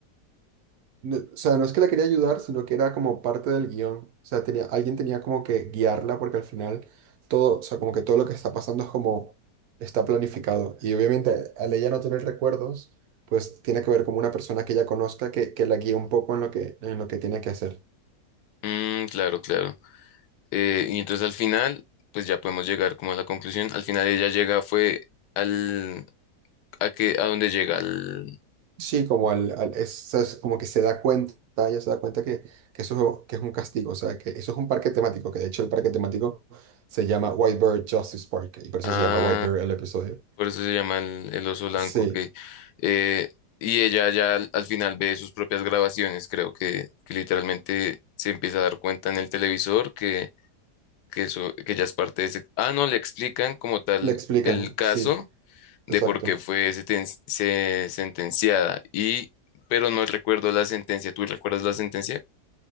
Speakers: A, on the right; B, on the left.
A: no- o sea, no es que la quería ayudar, sino que era como parte del guión. O sea, tenía, alguien tenía como que guiarla porque al final todo, o sea, como que todo lo que está pasando es como está planificado. Y obviamente al ella no tener recuerdos, pues tiene que ver como una persona que ella conozca que, que la guíe un poco en lo que, en lo que tiene que hacer.
B: Mm, claro, claro. Eh, y entonces al final, pues ya podemos llegar como a la conclusión. Al final ella llega, fue al, a que, a dónde llega, al,
A: Sí, como al, al- es, es como que se da cuenta, ella se da cuenta que, que eso que es un castigo, o sea, que eso es un parque temático, que de hecho el parque temático se llama White Bear Justice Park, y por eso
B: a,
A: se llama White Bear el episodio.
B: por eso se llama el, el oso blanco,
A: Sí.
B: que, eh, y ella ya al, al final ve sus propias grabaciones, creo que, que literalmente se empieza a dar cuenta en el televisor que, que eso, que ella es parte de ese, ah, no, le explican como tal
A: Le explican,
B: el caso
A: sí, exacto.
B: de por qué fue seten- se- sentenciada. Y, pero no recuerdo la sentencia. ¿Tú recuerdas la sentencia?